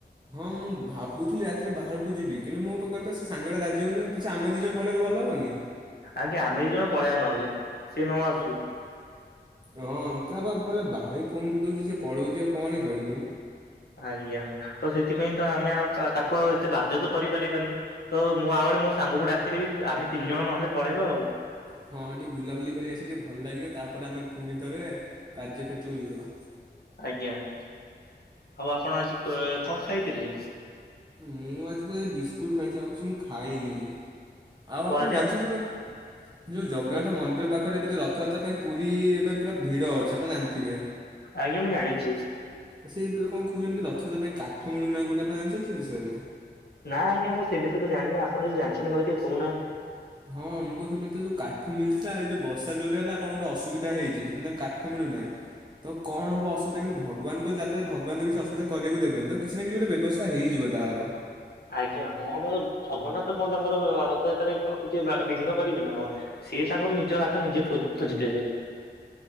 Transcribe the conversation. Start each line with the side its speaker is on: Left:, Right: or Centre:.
Right: ହଁ ମୁଁ ଭାବୁଥିଲି ରାତିରେ ବାହାରକୁ ଯିବି କିନ୍ତୁ ମୋ ପାଖରେ ପା ସେ ସାଙ୍ଗ ଟା ରାଜି ହଉନି। ଆମେ ଦି ଜଣ ପଳେଇଲେ ଭଲ ହବନି?
Left: ଆଜ୍ଞା ଆମେ ଦି ଜଣ ପଳେଇବା ନହେଲେ ସେ ନ ଆସୁ।
Right: ହଁ ତା କହିଲେ ଭାଇ ଫୋନ କରିଦଉଛି ସେ ପଳଉଛି ଆଉ କଣ ବି କହିବି।
Left: ଆଜ୍ଞା ତ ସେଥିପାଇଁ ତ ଆମେ ଆଉ ତାକୁ ଆଉ ଏତେ ବାଧ୍ୟ ତ କରିପାରିବାନି ତ ମୁଁ ଆଉଆଡେ ମୋ ସାଙ୍ଗକୁ ଡାକିଦେବି ଆମେ ତିନି ଜଣ ନହେଲେ ପଳେଇବା ଆଉ।
Right: ହଁ ଟିକେ ବୁଲାବୁଲି କରି ଆସି ଟିକେ ଭଲ ଲାଗିବେ ତାପରେ ଆମେ ପୁଣି ଥରେ କାର୍ଯ୍ୟକ୍ଷେତ୍ରକୁ ଯିବା।
Left: ଆଜ୍ଞା ଆଉ ଆପଣ ଆଜି କଣ ଖାଇଥିଲେ?
Right: ମୁଁ ଆଜି ତ ଏଇ ବିସ୍କୁଟ ଖାଇଛି ଆଉ କିଛି ମୁଁ ଖାଇନି। ଆଉ
Left: ଓ
Right: ଆପଣ
Left: ଆଜି
Right: ଜାଣିଛନ୍ତି
Left: ଆପ
Right: ଗୋଟେ ଯୋଉ ଜଗନ୍ନାଥ
Left: କୋ
Right: ମନ୍ଦିର ପାଖରେ ପାଖରେ ଏବେ ରଥଯାତ୍ରା ପାଇଁ ପୁରୀ ଏବେ ପୁରା ଭିଡ ଅଛି ଆପଣ ଜାଣିଥିବେ।
Left: ଆଜ୍ଞା ମୁଁ ଜାଣିଛି।
Right: ସେ ଏବେ କଣ କହୁଛନ୍ତି କି ରଥ ଦେବା ପାଇଁ କାଠ ମିଳୁନାହିଁ ବୋଲି ଆପଣ ଜାଣିଛନ୍ତି ସେ ବିଷୟରେ?
Left: ନା ଆଜ୍ଞା ମୁଁ ସେ ବିଷୟରେ ଜାଣିନି ଆପଣ ଯଦିଜାଣିଛନ୍ତି ମତେ ଟିକେ କହୁନାହାନ୍ତି।
Right: ହଁ ମୁଁ କହୁଥିଲି ଏତେ ଯୋଉ କାଠ ମିଳିଥିଲା ଏଇ ଯଉ ବଷା ଯୋରେହେଲା କଣ ଗୋଟେ ଅସୁବିଧା ହେଇଛି ସେଥିପାଇଁ ତାଙ୍କ କାଠ କାଠ ମିଳୁନାହିଁ ତ କଣ ହବ ଅସୁବିଧା କିନ୍ତୁ ଭଗବାନଙ୍କ ଯାତ୍ରା ଭଗବାନ କିଛି ଅସୁବିଧା କରିବାକୁ ଦେବେନି ତ କିଛି ନା କିଛି ଗୋଟେ ବ୍ୟବସ୍ଥା ହେଇଯିବ ତାହାର।
Left: ଆଜ୍ଞା ହଁ ବା ଜଗନ୍ନାଥ କଣ ତାଙ୍କର ରଥଯାତ୍ରାରେ କଣ କିଛି ବିଘ୍ନ କରିବେ ନା କଣ। ସେ ତାଙ୍କର ନିଜ ବାଟ ନିଜେ ଖୋଜ ଖୋଜିଦେବେ।